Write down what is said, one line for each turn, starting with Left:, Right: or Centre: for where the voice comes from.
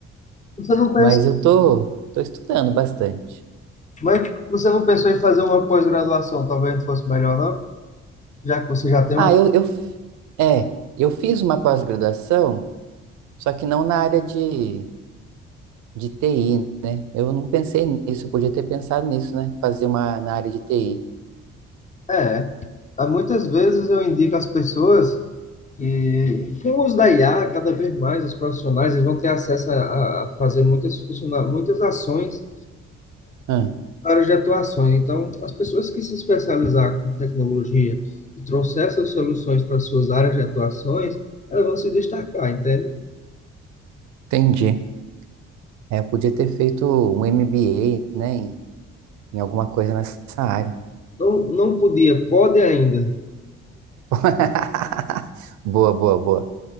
Left: Você não pensa,
Right: Mas eu tô, tô estudando bastante.
Left: mas você não pensou em fazer uma pós-graduação, talvez fosse melhor, não? Já que você já tem
Right: Ah,
Left: uma.
Right: eu, eu, é, eu fiz uma pós-graduação, só que não na área de, de TI, né? Eu não pensei nisso, eu podia ter pensado nisso, né? Fazer uma na área de TI.
Left: É, há muitas vezes eu indico às pessoas. E com o uso da IA, cada vez mais os profissionais eles vão ter acesso a, a fazer muitas, funciona- muitas ações,
Right: Ah,
Left: para de atuações. Então, as pessoas que se especializar com tecnologia e trouxer essas soluções para suas áreas de atuações, elas vão se destacar, entende?
Right: entendi. É, eu podia ter feito um MBA, né? Em, em alguma coisa nessa área.
Left: Então, não podia, pode ainda.
Right: <laughs> Boa, boa, boa.